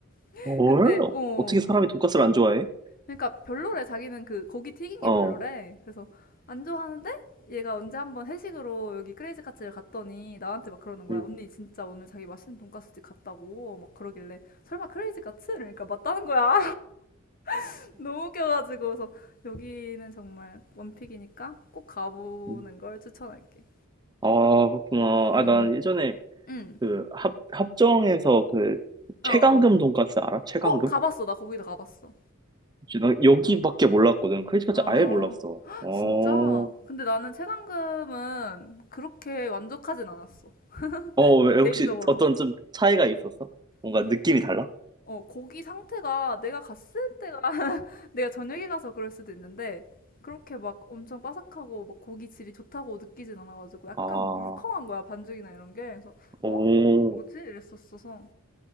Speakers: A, on the left; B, on the right.
A: <laughs>
B: 헐?
A: 근데 어
B: 어떻게 사람이 돈가스를 안 좋아해?
A: 그러니까 별로래 자기는 그 고기 튀긴
B: 어.
A: 게 별로래. 그래서 안 좋아하는데 얘가 언제 한번 회식으로 여기 크레이지 카츠를 갔더니 나한테 막 그러는 거야.
B: 음,
A: 언니 진짜 오늘 자기 맛있는 돈가스집 갔다고 막 그러길래 설마 크레이지 카츠? 그러니까 맞다는 거야. <laughs> 너무 웃겨가지고 그래서 여기는 정말 원픽이니까 꼭 가보는
B: 음.
A: 걸 추천할게.
B: 아, 그렇구나. 아,
A: 음,
B: 난 예전에
A: 음,
B: 그 합, 합정에서 그
A: 어.
B: 최강금 돈가스 알아? 최강금?
A: 어, 가봤어. 나 거기도 가봤어.
B: 혹시 나 여기밖에
A: 응.
B: 몰랐거든. 크리스마스
A: 어,
B: 아예 몰랐어. 어,
A: 진짜? 근데 나는 체감금은 그렇게 만족하진 않았어.
B: 어, 왜
A: 개인적으로.
B: 혹시 어떤 좀 차이가 있었어? 뭔가
A: 음,
B: 느낌이 달라?
A: 어, 거기 상태가 내가 갔을 때가 <laughs> 내가 저녁에 가서 그럴 수도 있는데 그렇게 막 엄청 바삭하고 막 고기 질이 좋다고 느끼진 않아가지고 약간
B: 아,
A: 물컹한 거야, 반죽이나 이런 게. 그래서
B: 오,
A: 어? 뭐지? 이랬었어서.